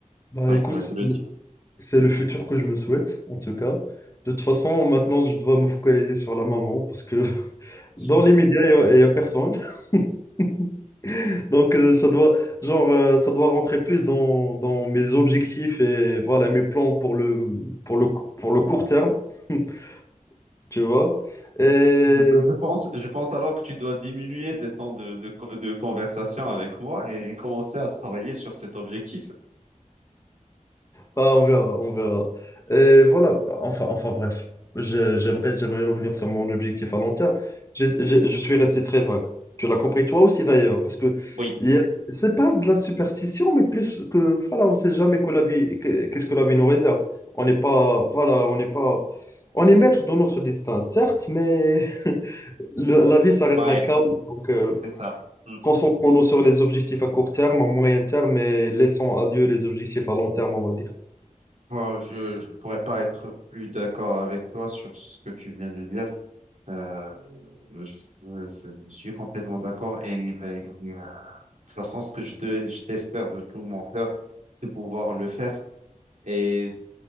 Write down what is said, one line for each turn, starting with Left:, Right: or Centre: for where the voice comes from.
Left: Bah,
Right: Ça, je
Left: écoute.
Right: pourrais te le dire.
Left: C'est le futur que je me souhaite, en tout cas. De toute façon, maintenant, je dois me focaliser sur la maman parce que <laughs>
Right: Je,
Left: dans les médias, il n'y a, il y a personne. <laughs> Donc, euh, ça doit, genre, euh, ça doit rentrer plus dans, dans mes objectifs et voilà, mes plans pour le, pour le, pour le court terme, <laughs> tu vois. Et
Right: je pense, je pense alors que tu dois diminuer tes temps de, de, co- de conversation avec moi et commencer à travailler sur cet objectif.
Left: Bah, on verra, on verra. et voilà, bah, enfin, enfin bref, Je- j'aimerais, j'aimerais revenir sur mon objectif à long terme. J'ai- j'ai- je suis resté très vague. Tu l'as compris toi aussi d'ailleurs, parce que
Right: Oui,
Left: hier, c'est pas de la superstition, mais plus que, voilà, on sait jamais que la vie, que- qu'est-ce que la vie nous réserve. On n'est pas, voilà, on n'est pas, on est maître de notre destin, certes, mais <laughs> le- la vie, ça reste
Right: ouais,
Left: un chaos. Donc, euh,
Right: c'est ça. Mmh.
Left: concentrons-nous sur les objectifs à court terme, à moyen terme, et laissons à Dieu les objectifs à long terme, on va dire.
Right: Bon, je ne pourrais pas être plus d'accord avec toi sur ce que tu viens de dire. Euh, je, je- je suis complètement d'accord et, et- et, euh, de toute façon, ce que je te, je t'espère de tout mon cœur, de pouvoir le faire et